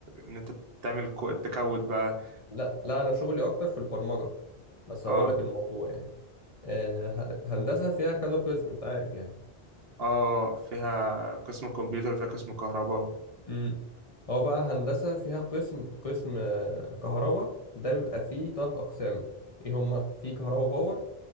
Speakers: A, on the right; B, on the left.
A: ان انت تعمل كو- تكود بقى
B: لا لا أنا شغلي أكتر في البرمجة بس هقول
A: اه
B: لك الموضوع يعني آه ه- هندسة فيها كذا قسم أنت عارف يعني
A: اه فيها قسم كمبيوتر وفيها قسم كهرباء
B: امم هو بقى هندسة فيها قسم قسم آه، كهرباء ده بيبقى فيه تلات أقسام ايه هما في كهرباء باور